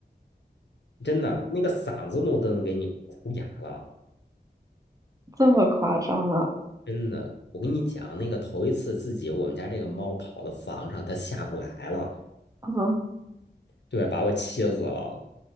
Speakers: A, on the left; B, on the right.
A: 真的，那个嗓子都能给你哭哑了。
B: 这么夸张啊？
A: 真的，我跟你讲，那个头一次自己我们家这个猫跑到房上，它下不来了。
B: 啊，
A: 对，把我气死了，